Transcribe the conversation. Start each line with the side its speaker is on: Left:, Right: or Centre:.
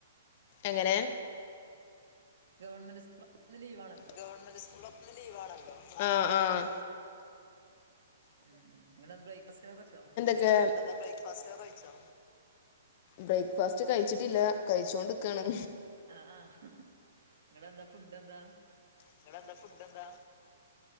Left: എങ്ങനെ.
Right: ഗവൺമെന്റ് സ്കൂള് ഒക്കെ ഇന്ന് ലീവാണ്.
Left: ഗവൺമെന്റ് സ്കൂള് ഒക്കെ ലീവാണല്ലോ ആഹ് ആഹ്.
Right: ഉം ഉം ഇങ്ങൾ ബ്രേക്ക്ഫാസ്റ്റ്ഒക്കെ കഴിച്ചോ?
Left: ക്കെൽ ബ്രേക്ക്ഫാസ്റ്റ് ഒക്കെ കഴിച്ചോ? ബ്രേക്ക്ഫാസ്റ്റ് കയിച്ചിട്ടില്ല കയിച്ചോണ്ട്ക്കാണ്.
Right: അഹ്ആഹ് ഇങ്ങളെ എന്താ ഫുഡ് എന്താ
Left: ഇങ്ങടെ എന്താ ഫുഡ് എന്താ